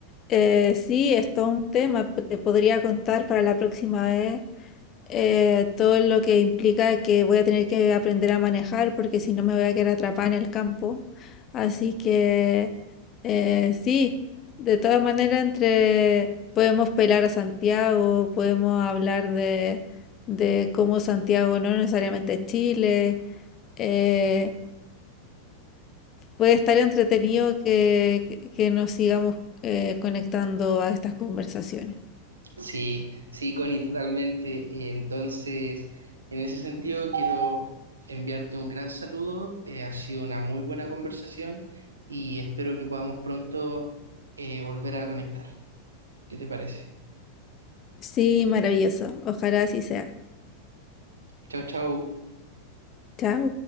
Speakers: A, on the left (about 30°); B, on the right (about 75°).
A: eh, sí, es todo un tema. P- Te podría contar para la próxima vez eh, todo lo que implica que voy a tener que aprender a manejar, porque si no me voy a quedar atrapada en el campo. Así que eh, sí, de todas maneras, entre podemos pelar a Santiago, podemos hablar de, de cómo Santiago no necesariamente es Chile. eh, Puede estar entretenido que, que- que nos sigamos eh, conectando a estas conversaciones.
B: Sí, sí, Connie, totalmente. Eh, Entonces, en ese sentido, quiero enviarte un gran saludo. Eh, ha sido una muy buena conversación y espero que podamos pronto eh, volver a conectar. ¿Qué te parece?
A: Sí, maravilloso. Ojalá así sea.
B: Chao, chao.
A: Chao.